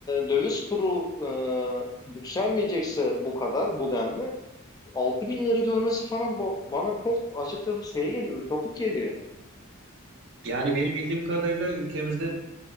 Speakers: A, on the left; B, on the right.
A: döviz kuru e, yükselmeyecekse bu kadar bu denli altı binleri görmesi falan bu- bana çok açıkçası şey geliyor, ütopik geliyor.
B: Yani benim bildiğim kadarıyla ülkemizde